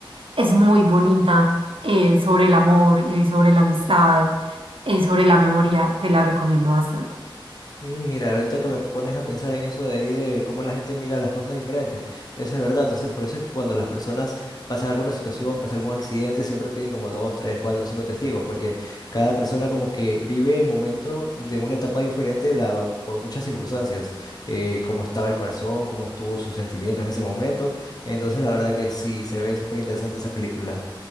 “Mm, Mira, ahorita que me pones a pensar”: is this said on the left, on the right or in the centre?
Left